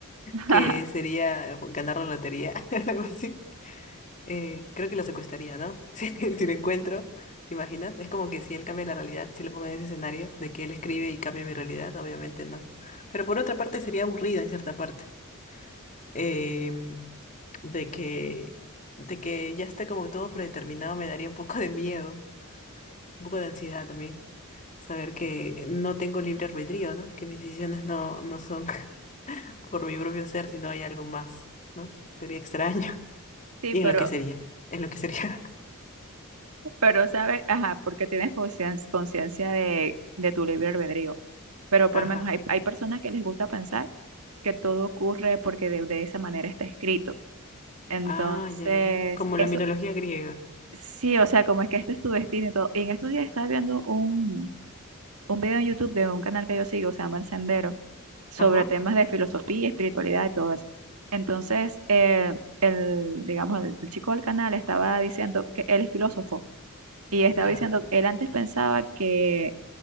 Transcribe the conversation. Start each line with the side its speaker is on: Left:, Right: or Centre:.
Right: <laughs>
Left: que sería ganar la lotería. <laughs> Algo así. Eh, creo que lo secuestraría, ¿no? <laughs> Si, si lo encuentro, ¿te imaginas? Es como que si él cambia la realidad, si lo pongo en ese escenario de que él escribe y cambia mi realidad, obviamente no. Pero por otra parte sería aburrido en cierta parte. em, de que, de que ya esté como que todo predeterminado me daría un poco de miedo, un poco de ansiedad también. Saber que no tengo libre albedrío, ¿no? Que mis decisiones no, no son <laughs> por mi propio ser, sino hay algo más, ¿no? Sería extraño. <laughs>
Right: Sí,
Left: Y
Right: pero,
Left: en lo que sería, en lo que sería.
Right: pero sabes, ajá, porque tienes conscien- conciencia de, de tu libre albedrío. Pero por
Left: <laughs> Ajá.
Right: lo menos hay, hay personas que les gusta pensar que todo ocurre porque de, de esa manera está escrito. Entonces,
Left: Ah, ya, ya, ya. Como
Right: eso
Left: la mitología griega.
Right: sí, o sea, como es que este es tu destino y todo. Y en estos días estaba viendo un, un video en YouTube de un canal que yo sigo, se llama El Sendero, sobre
Left: Ajá.
Right: temas de filosofía, espiritualidad y todo eso. Entonces, eh, el, digamos, el el chico del canal estaba diciendo que él es filósofo Y estaba
Left: Ya.
Right: diciendo, él antes pensaba que,